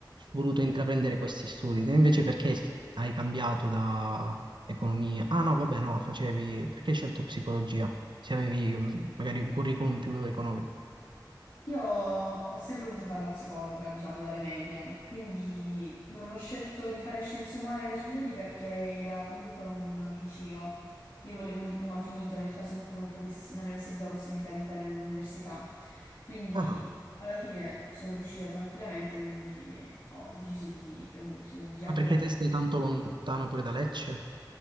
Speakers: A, on the right; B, on the left.
A: voluto intraprendere questi studi. Te invece perché hai cambiato da economia? Ah no, vabbè, no, facevi... perché hai scelto psicologia? Se avevi mh, magari un curriculum più economico.
B: Io ho sempre voluto fare la psicologa, diciamo, dalle medie, quindi non ho scelto di fare scienze umane alle superiori perché era comunque un liceo. Io volevo un diploma finito nel caso in cui non potessi, non avessi avuto la possibilità di fare un'università. Quindi
A: Ah,
B: alla fine sono riuscita tranquillamente, quindi ho deciso di prendere psicologia,
A: Ma
B: anche
A: perché
B: perché
A: te stai tanto lontano pure da Lecce?